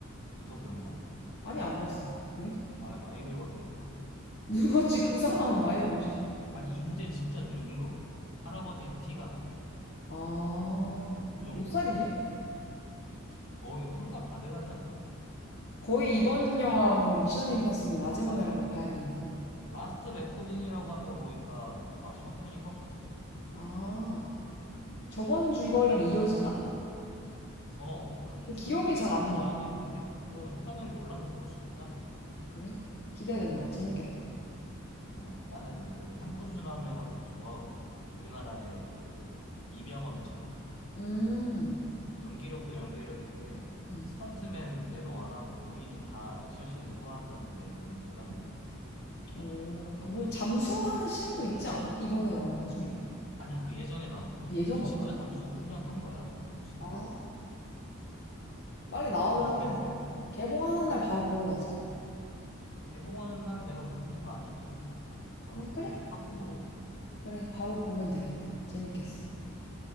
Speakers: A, on the left (about 65°); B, on the left (about 50°).
A: 인터뷰 영상?
B: 아니 안 봤어 왜?
A: 아, 많이 늙었더라고.
B: 늙었지 그 사람 나이가 몇인데
A: 아니, 인제 진짜 늙은 것 같아. 할아버지 티가 나, 좀.
B: 아,
A: 그 정도로.
B: 몇 살이지?
A: 거의 환갑 다 돼가지 않나?
B: 거의 이번 영화 그럼 미션 임파서블 마지막이라고 봐야겠네.
A: 라스트 레코딩이라고 하는 거 보니까 마지막 편인 것 같아.
B: 아, 저번 줄거리랑 이어지나?
A: 어, 큰
B: 근데
A: 줄거리는
B: 기억이 잘 안
A: 다
B: 나.
A: 이어지는데
B: 어,
A: 전편을 몰라도 볼 수 있다네.
B: 그래? 기대된다. 재밌겠다.
A: 어, 나는 그 탐 크루즈 나온 영화를 다 좋아하거든. 우리나라의 그 이병헌처럼
B: 음,
A: 연기력도 연기력인데
B: 음.
A: 스턴트맨 대동 안 하고 본인이 다 액션씬을 소화한다는 게 너무 대단해 보였어.
B: 어, 그 뭐 잠수하는 씬도 있지 않아? 이번에 나온 거 중에?
A: 아니야, 그 예전에 나온 거.
B: 예전
A: 그거
B: 건가?
A: 진짜 잠수 훈련한 거야. 특수부대
B: 아,
A: 가서.
B: 빨리 나오면은
A: 손 묶인 채로.
B: 개봉하는
A: 어.
B: 날 바로 보러 가자.
A: 개봉하는 날 내가 근무가 아니면은 음, 바로
B: 어,
A: 보러
B: 그래?
A: 가자. 팝콘도 먹고.
B: 그래, 바로 보면 되겠다. 재밌겠어.
A: 음.